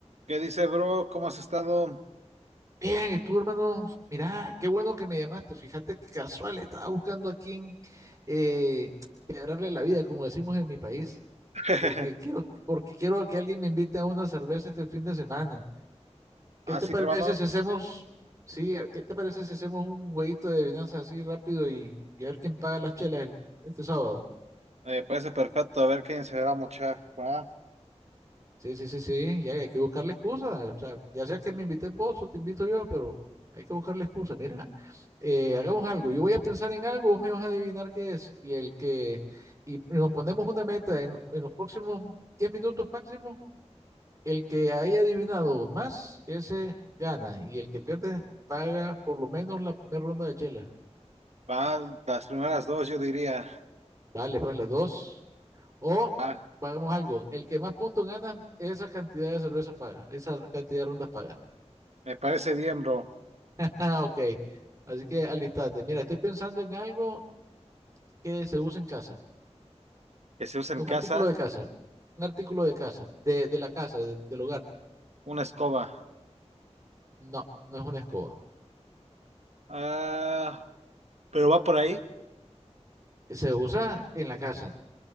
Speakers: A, on the right; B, on the right.
A: ¿Qué dice, bro? ¿Cómo has estado?
B: Bien, y tú, hermano, mirá, qué bueno que me llamaste. Fíjate que casual, estaba buscando a quién eh, quebrarle la vida, como decimos en mi país,
A: <laughs>
B: porque quiero, porque quiero que alguien me invite a una cerveza este fin de semana. ¿Qué
A: Así,
B: te parece
A: hermano.
B: si hacemos, sí, eh, qué te parece si hacemos un jueguito de adivinanza así rápido y, y a ver quién paga las chelas el- este sábado?
A: Me parece perfecto. A ver quién se va a mochar. Va,
B: Sí, sí, sí, sí, y hay, hay que buscarle excusas, o sea, ya sea que me invites vos o te invito yo, pero hay que buscarle excusas. Mira, eh, hagamos algo, yo voy a pensar en algo, vos me vas a adivinar qué es, y el que, y nos ponemos una meta en, en los próximos 10 minutos máximo, el que haya adivinado más, ese gana, y el que pierde paga por lo menos la primera ronda de chela.
A: va, las primeras dos, yo diría.
B: Vale, pues las dos, o
A: Va,
B: pagamos algo, el que más puntos gana, esa cantidad de cervezas paga, esa cantidad de rondas paga.
A: me parece bien, bro.
B: Ah, ok. Así que alistate. Mira, estoy pensando en algo que se usa en casa.
A: Que se use
B: Es
A: en
B: Un
A: casa
B: artículo de casa. Un artículo de casa. De, de la casa, de- del hogar.
A: una escoba.
B: No, no es una escoba.
A: Ah, pero va por ahí.
B: Se usa en la casa.